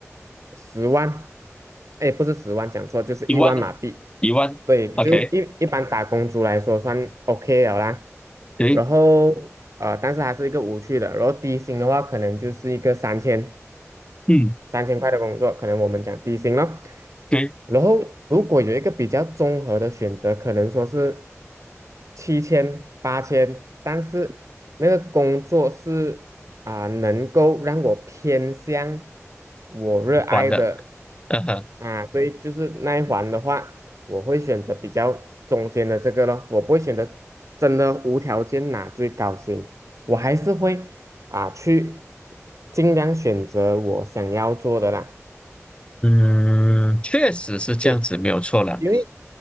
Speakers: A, on the right; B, on the left.
A: 十万，哎，不是十万，讲错，就是一万马币，
B: 一万呢，一万，OK，
A: 对，就一一般打工族来说算 OK 了啦。
B: 对，
A: 然后呃，但是还是一个无趣的，然后低薪的话，可能就是一个三千。
B: 嗯，
A: 三千块的工作，可能我们讲低薪了。
B: 对，
A: 然后如果有一个比较综合的选择，可能说是七千、八千，但是那个工作是啊、能够让我偏向我热爱的
B: 完了，嗯哼，
A: 啊，对，就是那一环的话，我会选择比较中间的这个咯，我不会选择真的无条件拿最高薪，我还是会。啊，去尽量选择我想要做的啦。
B: 嗯，确实是这样子，
A: 对，
B: 没有错了。
A: 因为